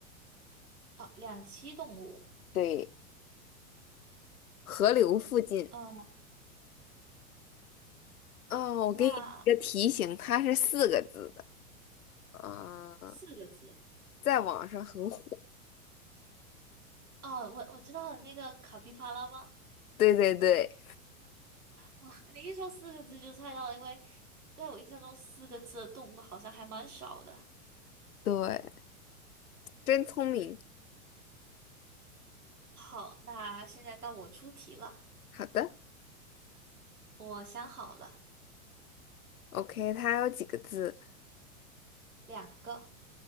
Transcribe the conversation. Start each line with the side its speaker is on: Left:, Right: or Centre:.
Right: 啊，两栖动物。
Left: 对，河流附近。
Right: 嗯，
Left: 嗯，我给你一个提醒，
Right: 那
Left: 它是四个字的，嗯，
Right: 四个字。
Left: 在网上很火。
Right: 哦，我我知道了，那个卡皮巴拉吗？
Left: 对对对
Right: 哇，你一说四个字就猜到了，因为在我印象中四个字的动物好像还蛮少的。
Left: 对，真聪明。
Right: 好，那现在到我出题了，
Left: 好的
Right: 我想好了，
Left: ，OK，它有几个字？
Right: 两个，